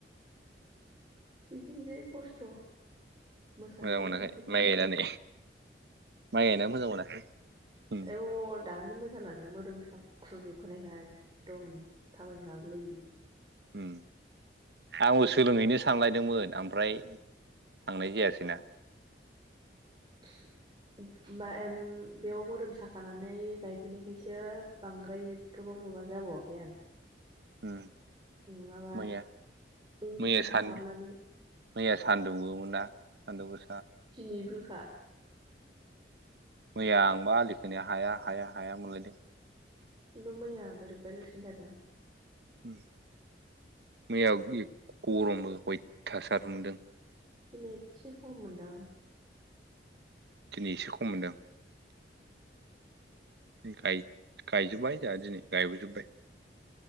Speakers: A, on the right; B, on the right.
A: बिदिनोसै खस्थ' मोसानायबो
B: मोजां मोनाखै
A: बांसिन
B: माइ
A: खस्थ'।
B: गायनानै माइ गायनानै मोजां मोनाखै उम
A: ओहो <unintelligible> सानानै मोदोम साख्रुबजुबखानायखा एकदम थाबायनो हागुलायि <inaudible>
B: उम आंबो सोलोंहैनो सानलायदोंमोन ओमफ्राय थांनाय जायासै ना।
A: <unintelligible> बा एम बेयाव मोदोम साखानानै गायफैनायखायसो बांद्राय जोबथबाव माबा जाबावाखै आं।
B: उम
A: नङाबा
B: मैया
A: ओरैनो
B: मैया
A: थाहाबनानै।
B: सान मैया सान्दुंबो मोना सान्दुं गो
A: दिनैबोखा।
B: मैया आंबा आलिखोनाया हाया हाया हाया मोनलायदों।
A: किन्थु मैया बोरैबा जासिन थारदों।
B: उम मैया गरमबो हयथासार नदों।
A: दिनै एसे खम मोनदों
B: दिनै एसे खम मोनदों।
A: उम
B: गायो-गायजोब्बाय जोंहा दिनै गायबोजोबबाय।